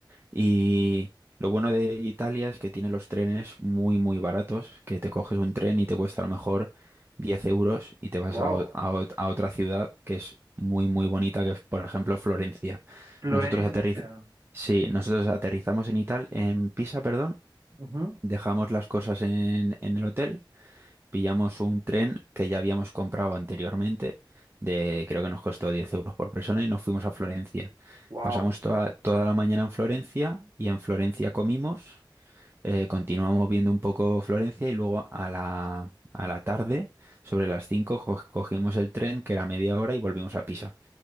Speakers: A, on the right; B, on the right.
A: Y lo bueno de Italia es que tiene los trenes muy, muy baratos, que te coges un tren y te cuesta a lo mejor 10 euros y te vas
B: Wow.
A: a, o- a ot- a otra ciudad que es muy, muy bonita, que es, por ejemplo, Florencia.
B: Florencia.
A: Nosotros aterriz- sí, nosotros aterrizamos en Italia, en Pisa, perdón
B: Ujú.
A: Dejamos las cosas en, en el hotel, pillamos un tren que ya habíamos comprado anteriormente, de creo que nos costó 10 euros por persona y nos fuimos a Florencia.
B: Wow.
A: Pasamos toda, toda la mañana en Florencia y en Florencia comimos, eh, continuamos viendo un poco Florencia y luego a la, a la tarde, sobre las 5 co- cogimos el tren que era media hora y volvimos a Pisa.